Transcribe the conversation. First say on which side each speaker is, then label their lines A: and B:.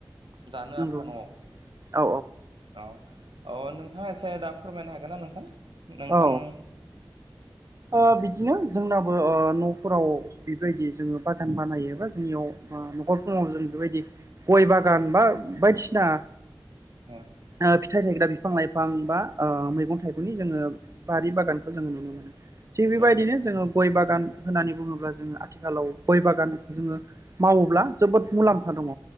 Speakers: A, on the right (about 80°); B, on the right (about 40°).
A: जानो
B: नंगौ
A: आन्था न'आव।
B: औ
A: अ अ नों थाङा एसे दा फोरमायनो हागोन ना नोंथां? नोंथां
B: औ ओ बिदिनो जोंनाबो ओ न'फोराव बेबायदि जोङो बादान बानायो बा जोंनियाव ओ न'खरफोराव जों बेबायदि गय बागान बा बायदिसिना
A: ओ।
B: ओ फिथाइ थायग्रा बिफां लाइफां बा ओ मैगं थाइगंनि जोङो बारि बागानखौ जोङो नुनो मोनो थिग बेबायदिनो
A: ओ
B: जोङो गय बागान होननानै बुङोब्ला जोङो आथिखालाव गय बागानखौ जोङो मावोब्ला जोबोद मुलाम्फा दङ।